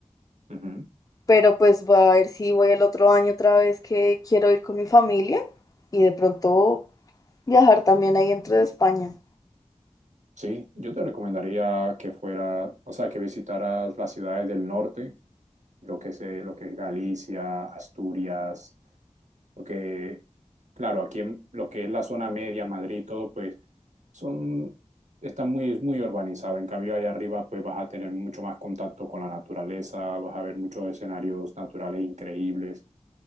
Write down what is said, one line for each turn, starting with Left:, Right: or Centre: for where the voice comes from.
Right: Ujú.
Left: pero pues voy a ver si voy el otro año otra vez que quiero ir con mi familia y de pronto viajar también ahí dentro de España.
Right: Sí, yo te recomendaría que fuera, o sea, que visitaras las ciudades del norte, lo que es, eh, lo que es Galicia, Asturias, porque, claro, aquí en lo que es la zona media, Madrid, todo, pues son, está muy, muy urbanizado. En cambio, allá arriba, pues vas a tener mucho más contacto con la naturaleza, vas a ver muchos escenarios naturales increíbles.